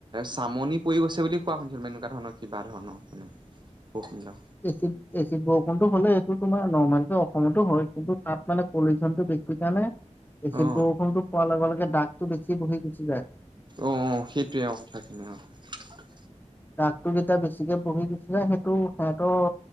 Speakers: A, on the right; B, on the left.
A: চামনি পৰি গৈছে বুলি কোৱা শুনিছিলো। এনেকুৱা ধৰণৰ কিবা ধৰণৰ মানে বৰষূণ বিলাক।
B: এচিড-এচিড বৰষুণটো হ'লে এইটো তোমাৰ নৰ্মেলকৈ অসমতো হয় কিন্তু তাত মানে পলিউচনটো বেছি কাৰণে এচিদ
A: অ
B: বৰষুণটো পৰা লগে লগে দাগ টো বেছি বহি গুচি যায়।
A: অ', অ', সেইটোৱে আৰু কথাখিনি আৰু।
B: দাগটো যেতিয়া বেছিকে বহি দিছিলে সেইটো সিহঁতটো